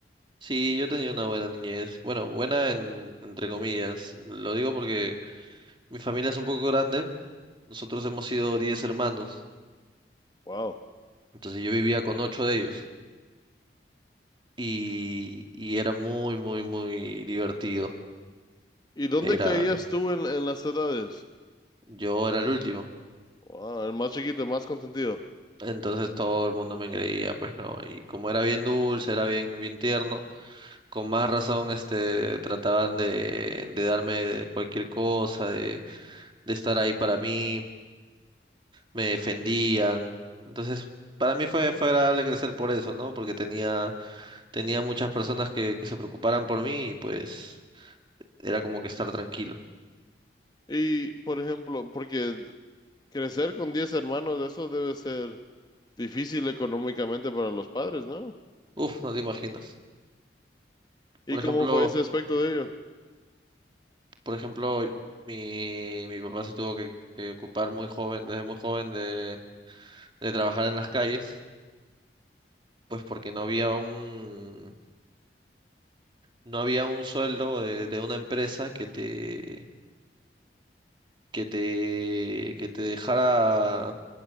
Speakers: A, on the right (about 25°); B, on the left (about 25°).
A: Sí, yo tenía una buena niñez. Bueno, buena en, entre comillas. Lo digo porque mi familia es un poco grande. Nosotros hemos sido 10 hermanos.
B: Wow.
A: Entonces yo vivía con ocho de ellos. Y, y era muy, muy, muy divertido.
B: ¿Y dónde
A: Era.
B: caías tú en, en las edades?
A: Yo era el último.
B: Ah, el más chiquito, el más consentido.
A: Entonces todo el mundo me engreía, pues no. Y como era bien dulce, era bien, bien tierno, con más razón, este, trataban de, de darme cualquier cosa, de, de estar ahí para mí, me defendían. Entonces, para mí fue, fue agradable crecer por eso, ¿no? Porque tenía, tenía muchas personas que, que se preocuparan por mí y pues era como que estar tranquilo.
B: Y, por ejemplo, porque crecer con 10 hermanos, eso debe ser difícil económicamente para los padres, ¿no?
A: Uf, no te imaginas. Por
B: ¿Y cómo
A: ejemplo,
B: fue ese aspecto de ello?
A: por ejemplo, mi, mi papá se tuvo que, que ocupar muy joven, desde muy joven de, de trabajar en las calles, pues porque no había un, no había un sueldo de, de una empresa que te, que te, que te dejara